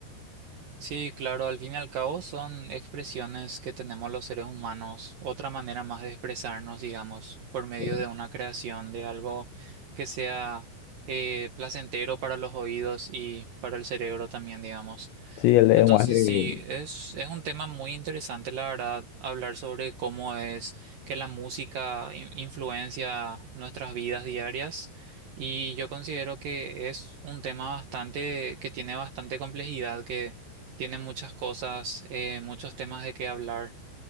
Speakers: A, on the right; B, on the left.
A: Sí, claro, al fin y al cabo son expresiones que tenemos los seres humanos, otra manera más de expresarnos, digamos, por medio
B: eh,
A: de una creación, de algo que sea eh, placentero para los oídos y para el cerebro también, digamos.
B: Sí, el lenguaje.
A: Entonces sí, es, es un tema muy interesante, la verdad, hablar sobre cómo es que la música in- influencia nuestras vidas diarias. Y yo considero que es un tema bastante, que tiene bastante complejidad, que tiene muchas cosas, eh, muchos temas de qué hablar.